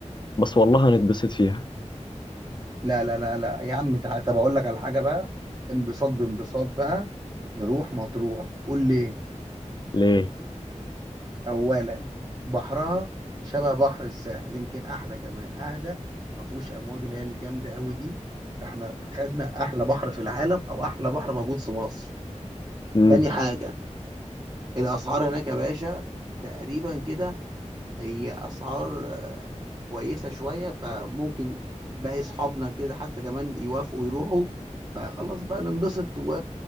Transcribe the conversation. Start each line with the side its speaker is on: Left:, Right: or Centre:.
Left: بس والله هنتبسط فيها
Right: لا لا لا لا يا عم تع- طب اقول لك على حاجة بقى انبساط بانبساط بقى نروح مطروح قول لي
Left: ليه
Right: أولا بحرها شبه بحر الساحل يمكن أحلى كمان أهدى ما فيهوش أمواج اللي هي الجامدة أوي دي فإحنا خدنا أحلى بحر في العالم أو أحلى بحر موجود في مصر
Left: امم
Right: تاني حاجة الأسعار هناك يا باشا تقريبا كده هي أسعار آه، كويسة شوية فممكن باقي أصحابنا كده حتى كمان يوافقوا يروحوا فخلاص بقى ننبسط و...